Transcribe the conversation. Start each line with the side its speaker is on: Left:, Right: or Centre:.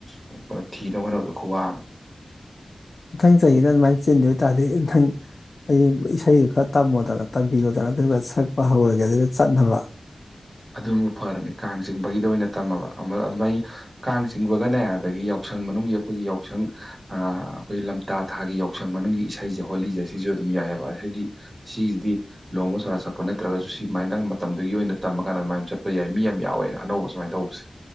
Right: ꯀꯣ ꯊꯤꯅꯕ ꯍꯣꯠꯅꯕꯗꯣ ꯈꯨꯋꯥꯡ ꯑꯃ
Left: ꯃꯊꯪ ꯆꯍꯤꯗ ꯑꯗꯨꯃꯥꯏꯅ ꯆꯦꯟꯗꯕ ꯇꯥꯔꯗꯤ ꯅꯊꯪ ꯑꯩ ꯏꯁꯩꯗꯨ ꯈꯔ ꯇꯝꯃꯣꯗꯅ ꯇꯥꯕꯤꯔꯣꯗꯅ ꯑꯗꯨꯒ ꯁꯛꯄ ꯍꯧꯔꯒꯦ ꯑꯗꯨꯒ ꯆꯠꯅꯕ
Right: ꯑꯗꯨꯕꯨ ꯐꯔꯅꯤ ꯀꯥꯡ ꯆꯤꯡꯕꯒꯤꯗ ꯑꯣꯏꯅ ꯇꯝꯃꯕ ꯑꯃ ꯑꯗꯨꯃꯥꯏ ꯀꯥꯡ ꯆꯤꯡꯕꯒꯅꯦ ꯑꯗꯒꯤ ꯌꯥꯎꯁꯪ ꯃꯅꯨꯡꯒꯤ ꯑꯩꯈꯣꯏꯒꯤ ꯌꯥꯎꯁꯪ ꯑꯩꯈꯣꯏ ꯂꯝꯇꯥ ꯊꯥꯒꯤ ꯌꯥꯎꯁꯪ ꯃꯅꯨꯡꯒꯤ ꯏꯁꯩꯖꯦ ꯍꯣꯜꯂꯤꯖꯁꯦ ꯁꯤꯁꯨ ꯑꯗꯨꯝ ꯌꯥꯏꯑꯕ ꯍꯥꯏꯗꯤ ꯁꯤꯁꯤꯗꯤ ꯂꯨꯍꯣꯡꯕ ꯁꯣꯔ ꯁꯛꯄ ꯅꯠꯇ꯭ꯔꯒꯁꯨ ꯁꯤꯨꯃꯥꯏꯅꯗ ꯃꯇꯝꯗꯨꯒꯤ ꯑꯣꯏꯅ ꯇꯝ ꯀꯥꯟ ꯑꯗꯨꯃꯥꯏꯅ ꯆꯠꯄ ꯌꯥꯏ ꯃꯤ ꯌꯥꯝ ꯌꯥꯎꯋꯦ ꯑꯅꯧꯕ ꯁꯨꯃꯥꯏꯅ ꯇꯧꯕꯁꯦ